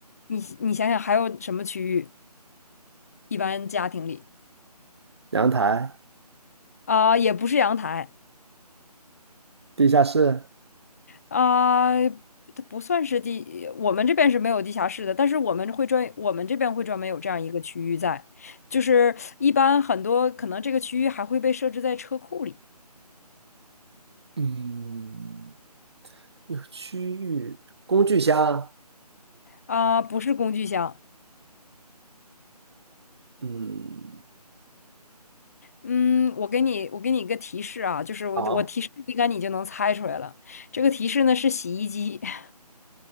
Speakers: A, on the left (about 25°); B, on the right (about 40°).
A: 你你想想还有什么区域？一般家庭里
B: 阳台、
A: 啊、也不是阳台
B: 地下室，
A: 啊、它不算是地，我们这边是没有地下室的，但是我们会专我们这边会专门有这样一个区域在，就是一般很多可能这个区域还会被设置在车库里。
B: 嗯，一个区域工具箱，
A: 啊、不是工具箱。
B: 嗯，
A: 嗯，我给你，我给你一个提示啊，就是我我提示应该你就能猜出来了。
B: 好，
A: 这个提示呢是洗衣机。<laughs>